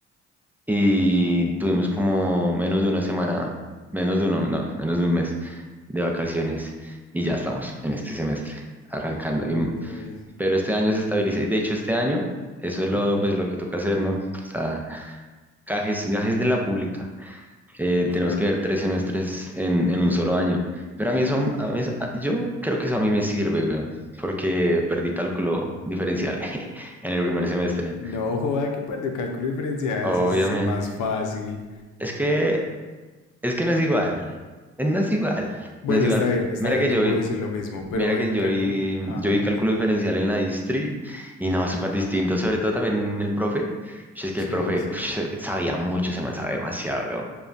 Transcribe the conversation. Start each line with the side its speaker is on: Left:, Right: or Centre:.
Centre: Y tuvimos como menos de una semana, menos de uno, no, menos de un mes de vacaciones y ya estamos en este semestre arrancando.
Left: Uy,
Centre: Y pero este año se estabiliza. y De hecho, este año, eso es lo,
Left: ujú,
Centre: pues, lo que toca hacer, ¿no? O sea, gajes, gajes de la pública. Eh,
Left: claro.
Centre: tenemos que ver tres semestres en, en un solo año. Pero a mí eso, a mí eso- a- yo creo que eso a mí me sirve, weón, porque perdí cálculo diferencial <laughs> en el primer semestre.
Left: No joda que perdió cálculo diferencial,
Centre: Obviamente.
Left: si ese es el más fácil.
Centre: Es que, es que no es igual. Eh, No es igual.
Left: Bueno,
Centre: No es igual.
Left: está bien, está
Centre: Mira
Left: bien,
Centre: que
Left: no
Centre: yo
Left: puedo
Centre: vi-
Left: decir lo mismo, pero
Centre: Mira que
Left: en
Centre: yo
Left: cálculo...
Centre: vi,
Left: Ajá,
Centre: yo vi cálculo
Left: de...
Centre: diferencial
Left: a-
Centre: en la distri y no, súper
Left: Ajá,
Centre: distinto, sobre todo también el profe. Ush, Es que
Left: sí,
Centre: el profe
Left: sí,
Centre: ush,
Left: sí.
Centre: se- sabía mucho, se me sabe demasiado, cabrón.